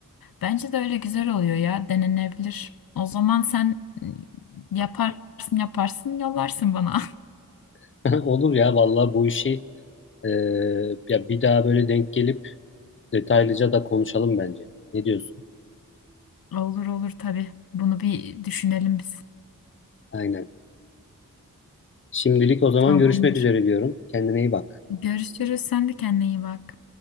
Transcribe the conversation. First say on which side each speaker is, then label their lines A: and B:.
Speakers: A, on the left; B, on the left.
A: Bence de öyle güzel oluyor ya. Denenebilir. O zaman sen e, yaparsın yaparsın yollarsın bana.
B: <laughs> Olur ya vallahi bu işi e, ya bir daha böyle denk gelip detaylıca da konuşalım bence. Ne diyorsun?
A: Olur olur tabii. Bunu bir düşünelim biz.
B: Aynen. Şimdilik o zaman
A: Tamamdır.
B: görüşmek üzere diyorum. Kendine iyi bak.
A: Görüşürüz. Sen de kendine iyi bak.